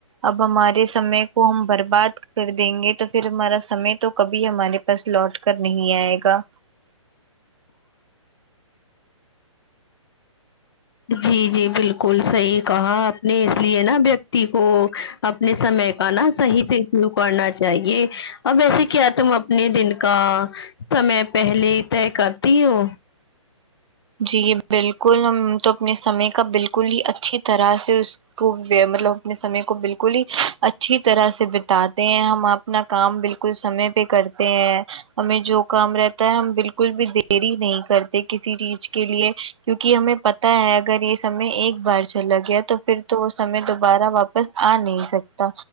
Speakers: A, on the right; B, on the left.
A: اب ہمارے سمے کو ہم برباد کر دیں گے تو پھر ہمارا سمے تو کبھی ہمارے پاس لوٹ کر نہیں آئے گا
B: جی جی بالکل صحیح کہا آپ نے اس لیے نہ ویک تی کو اپنے سمے کا نہ صحیح سے شرو کرنا چاہیے اب ویسے کیا تم اپنے دن کا سمے پہلے ہی طئے کرتی ہو
A: جی بالکل ہم تو اپنے سمے کا بالکل ہی اچھی طرح سے اس کو <unintelligible> مطلب اپنے سمے کو بالکل ہی اچھی طرح سے بتاتے ہیں ہم آپ اپنا کام بالکل سمے پے کرتے ہیں ہمیں جو کام رہتا ہے ہم بالکل بھی دیری نہیں کرتے کسی چیز کے لیے کیونکی ہمیں پتہ ہے اگر یے سمے ایک بار چلا گیا تو پھر تو وہ سمے دوبارہ واپس آ نہیں سکتا